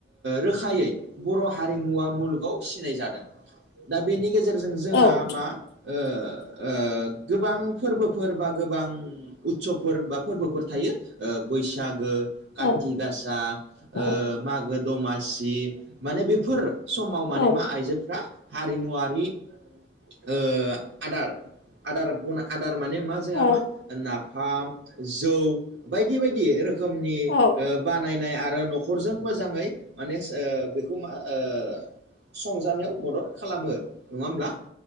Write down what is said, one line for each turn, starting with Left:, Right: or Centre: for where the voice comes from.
Right: रोखायै बर' हारिमुवा मुलुगाव फिसिनाय जादों। दा बेनि गेजेरजों जोंहा
Left: औ
Right: मा ओ ओ गोबां फोरबोफोर बा गोबां उत्सबफोर बा फोरबोफोर थायो ओ बैसागो काति
Left: औ
Right: गासा ओ
Left: औ
Right: मागो दमासि माने बेफोर समाव माने
Left: औ
Right: मा आइजोफ्रा हारिमुवारि ओ आदार आदार बना आदार माने मा जोंहा
Left: औ
Right: मा नाफाम जौ बायदि बायदि रोखोमनि
Left: औ
Right: ओ बानायनाय आरो न'खरजों मोजाङै माने सो ओ बेखौ मा ओ संजानायाव मदद खालामो नङा होमब्ला